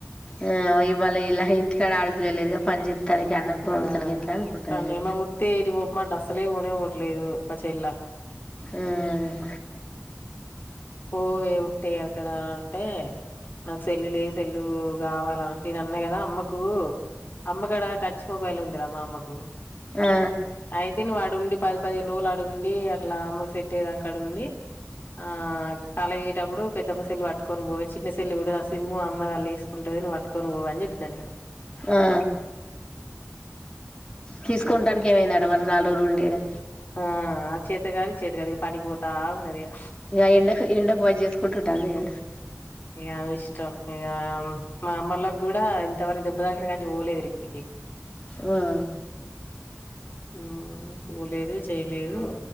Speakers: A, on the left; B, on the left.
A: ఆ ఇవాళ ఇలా ఇంటికాడ ఆడపిల్లలు లేదు గా పంజె తనికి అన్నం కూర
B: ఆ
A: ఉండతనికి ఎట్లా అనుకుంటదిగా
B: తను మా ముత్తే ఎటు పోమంటే అస్సలే పోనే పోవట్లేదు మా చెల్ల
A: ఏ ఉ
B: పోవే ఉంటాయి అక్కడ అంటే నాకు సెల్లు లే సెల్లు కావాల నేను అన్న కదా అమ్మకు అమ్మకాడ టచ్ మొబైల్ ఉందిరా మా అమ్మకు
A: ఆ
B: అయితే నువ్వు అడుండి పది పదిహేను రోజులు అడుండి అట్లా అమ్మకు సెట్టయ్యేదాకా అడుండి ఆ కాలేజ్ వోయేటప్పుడు పెద్దమ్మ సెల్లు పట్టుకొని పోవే చిన్న సెల్లు కూడా ఆ సిమ్ము మ్ము అమ్మది అల్లా ఎసుకుంటది నువ్ పట్టుకొని పోవ్ అని చెప్పిన నేను
A: ఆ తీసుకుంటానికి ఏమైందటా మరి నాల్ రోజులు ఉండి ఇడా
B: ఆ అద్ చేతకాదు ఇద్ చేతకాదు ఇగ పనికిపోతా ఉన్నది ఇగ ఆ ఇగ
A: ఇక ఎండకు ఎండకు పని చేసుకుంటుంటాంది ఇగ
B: ఆమె ఇష్టం ఇగ మా అమ్మల్లోకి కూడా ఇంతవరకు దెబ్బతాకిన కాంచి పోలేదురా ఇంటికి
A: ఉ ఆ
B: హ్మ్ పోలేదు చేయలేదు